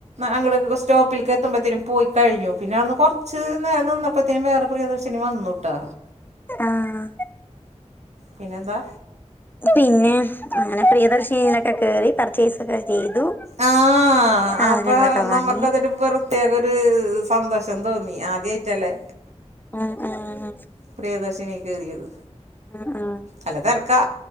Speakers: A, on the right (about 70°); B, on the left (about 15°).
A: അങ്ങട് സ്റ്റോപ്പിലേക്ക് എത്തുമ്പഴത്തേനും പോയി കഴിഞ്ഞു പിന്നെ അവിന്ന് കുറച്ച് നിന്നപ്പത്തേക്കു വേറെ പ്രിയദർശിനി വന്നൂട്ടാ
B: ആഹ്
A: പിന്നെന്താ
B: പിന്നെ അങ്ങനെ പ്രിയദർശിനികൊക്കെ കേറി പർച്ചേസ്ക്കെ ചെയ്തു
A: ആ
B: സാധനങ്ങളൊക്കെ
A: അപ്പൊ നമ്മക്കതൊരു
B: വാങ്ങി
A: പ്രത്യേക ഒരു സന്തോഷം തോന്നി ആദ്യമായിട്ടല്ലേ
B: ആഹ ആഹ
A: പ്രിയദർശിനി കയറിയത്
B: ആ ആ
A: അല്ല തിരക്കാ